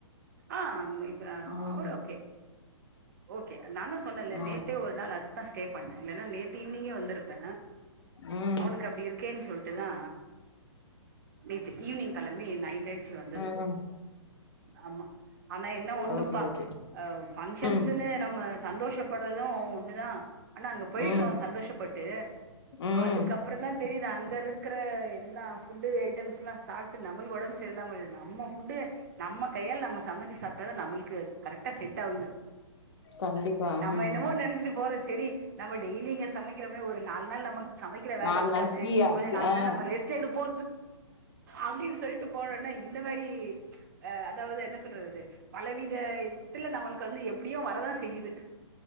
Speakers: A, on the right; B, on the left.
A: ஆ அங்க இப்ப
B: ம்
A: அவரு ஓகே கே நா தா சொன்னே இல்ல
B: ம்
A: நேத்தே ஒரு நாள் அதுதா ஸ்டே பண்ணனே இல்லனா நேத்து ஈவினிங்கே வந்திருப்பே
B: ம்
A: அவனுக்கு அப்டி இருக்கேன் சொல்ட்டுதா நேத்து ஈவினிங் கெழம் மே நை ட்டாயிச்சி வந்தது
B: ம்
A: ஆமா ஆனா என்ன ஒன்னுப்பா
B: ஓகே ஓகே
A: அ பங்ஷன்ஸ்
B: ம்
A: நம்ம சந்தோஷப்படறது ஒன்னுதா ஆனா அங்க போயிடுறோ
B: ம்
A: சந்தோஷப்பட்டு
B: ம்
A: அதுக்கப்புறதா தெரியுது அங் இங்க இருக்கிற எல்லா ஃபுட்டு ஐட்டம்ஸ்ல்லா சாப்பிட்டு நம்மளுக்கு ஒடம்பு சரியலாமடிது நம்ம ஃபுட்டு நம்ம கையால நம்ம சமைச்சி சாப்பிட்டாதா நம்மளுக்கு கரெக்டா செட் ஆவுது
B: கண்டிப்பா
A: நம்ம
B: ம்
A: என்னமோ நெனச்சிட்டு போறச் செரி நம்ம டெய்லி இங்க சமைக் க்கரமே ஒரு நால் நாள் நமக்கு சமைக்கிற வேல
B: நாலு
A: இருக்காது
B: நாள் ஃப்ரீயா
A: கொஞ்ச நாலு
B: ஆ
A: நாள் நம்ம ரெஸ்ட் எடுப்போ அப்டின் சொல்ட்டு போனோன்னே இந்த மாரி அ அதாவது என்ன சொல்றது பலவிதத்துல நம்மளுக்கு வந்து எ ப்டியு வரதா செய்யுது